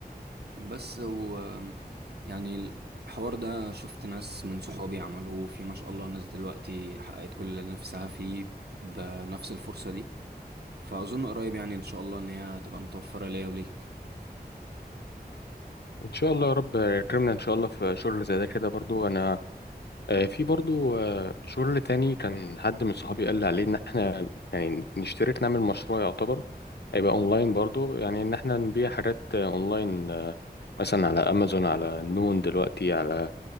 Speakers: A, on the right; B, on the left.
A: بس و يعني الحوار ده شفت ناس من صحابي عملوه في ما شاء الله ناس دلوقتي حققت كل اللي نفسها فيه بنفس الفرصة دي فأظن قريب يعني إن شاء الله إن هي تبقى متوفرة ليا وليك
B: ان شاء الله يا رب يكرمنا ان شاء الله في شغل زي ده كده برضو انا آه، في برضو آه، شغل تاني كان حد من صحابي قال لي عليه ان احنا يعني نشترك نعمل مشروع يعتبر هيبقى اونلاين برضو يعني ان احنا نبيع حاجات آه، اونلاين آه، مثلا على امازون على نون دلوقتي على